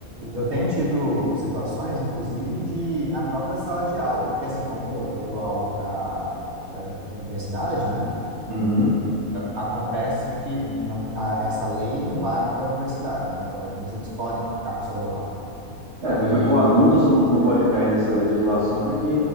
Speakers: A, on the right; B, on the right.
A: eu tenho tido situações, inclusive, de na própria sala de aula, porque assim, como eu dou aula para para universidade, né?
B: Uhum.
A: Acontece que não, a- essa lei não vale para a universidade, né? Os alunos eles podem ficar com o celular.
B: É, até
A: E
B: porque o adulto você não, não pode cair nessa legislação, porque